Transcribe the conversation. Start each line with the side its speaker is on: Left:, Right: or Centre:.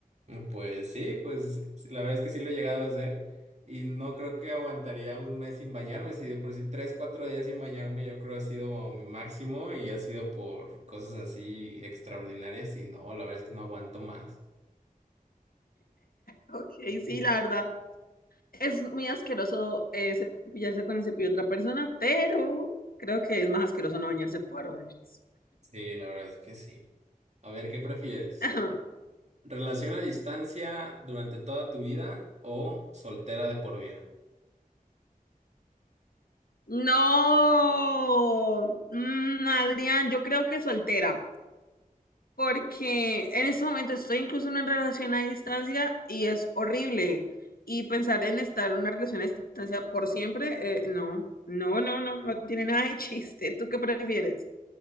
Right: Pues sí, pues sí, la verdad es que sí lo he llegado a hacer y no creo que aguantaría un mes sin bañarme, si de por sí tres, cuatro días sin bañarme yo creo ha sido mi máximo y ha sido por cosas así extraordinarias y no, la verdad es que no aguanto más.
Left: ok, sí,
Right: <laughs>
Left: la verdad. Es muy asqueroso eh, cepillarse con el cepillo de otra persona, pero creo que es más asqueroso no bañarse por un mes.
Right: Sí, la verdad es que sí. A ver, ¿qué prefieres?
Left: Ajá.
Right: ¿Relación a distancia durante toda tu vida o soltera de por vida?
Left: No, Mm, Adrián, yo creo que soltera. porque en este momento estoy incluso en una relación a distancia y es horrible. Y pensar en estar en una relación a distancia por siempre, eh, no, no, no, no, no tiene nada de <laughs> chiste. ¿Tú qué prefieres?